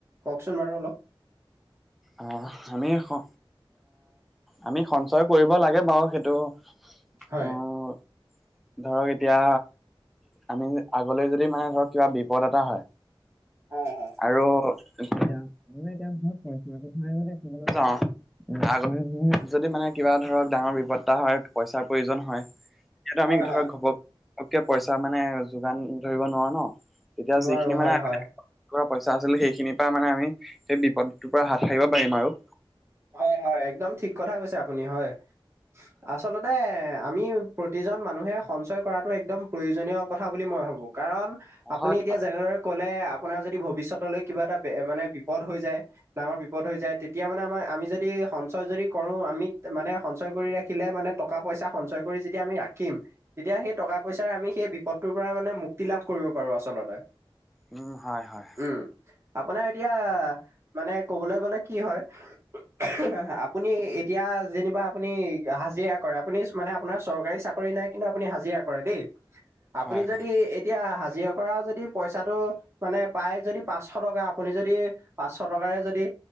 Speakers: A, on the right (about 30°); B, in the centre.
A: কওঁকচোন বাৰু অলপ।
B: অ আমি অ আমি সঞ্চয় কৰিব লাগে বাৰু, সেইটো
A: হয়।
B: উম ধৰক এতিয়া আমি আগলৈ যদি মানে ধৰক কিবা বিপদ এটা হয়
A: হয় হয়।
B: আৰু এতিয়া মানে এতিয়াাল <unintelligible> লৈ যাওঁ আগতে যদি মানে কিবা ধৰক ডাঙৰ বিপত্তা হয় <unintelligible> পইচাৰ প্ৰয়োজন হয় তেতিয়াতো
A: হয়
B: আমি ধৰক
A: হয়
B: ঘপক কে পইচা মানে যোগান ধৰিব নোৱাৰো ন, তেতিয়া
A: নোৱাৰো
B: যিখিনি মানে
A: হয় হয়।
B: পইচা আছিল সেইখিনিৰ পৰা মানে আমি সেই বিপদটোৰ পৰা হাত সাৰিব পাৰিম আৰু।
A: হয় হয় একদম ঠিক কথা কৈছে আপুনি হয়। আচলতে আমি প্ৰতিজন মানুহে সঞ্চয় কৰাটো একদম প্ৰয়োজনীয় কথা বুলি মই ভাবোঁ। কাৰণ আপুনি
B: হয়
A: এতিয়া
B: হয়
A: যেনেদৰে ক'লে আপোনাৰ যদি ভৱিষ্যতলৈ কিবা এটা মানে বিপদ হৈ যায় ডাঙৰ বিপদ হৈ যায় তেতিয়া মানে আমাৰ আমি যদি সঞ্চয় যদি কৰো আমিত মানে সঞ্চয় কৰি ৰাখিলে মানে টকা পইচা সঞ্চয় কৰি যদি আমি ৰা খিম, তেতিয়া সেই টকা পইচাৰ আমি সেই বিপদটোৰ পৰা মানে মুক্তি লাভ কৰিব পাৰো আচলতে।
B: উম হয় হয়।
A: উম, আপোনাৰ এতিয়া মানে ক'বলৈ গলে কি হয় হয় হয় আপুনি এতিয়া যেনিবা আপুনি হাজিৰা কৰে, আপুনি মানে আপোনাৰ চৰকাৰী চাকৰি নাই, কিন্ত আপুনি হাজিৰা কৰে দে', আপুনি
B: হয়
A: যদি
B: হয়
A: এতিয়া হাজি জিৰা কৰা যদি পইচাটো মানে পায় যদি পাঁচশ টকা আপুনি যদি পাঁচশ টকাৰে যদি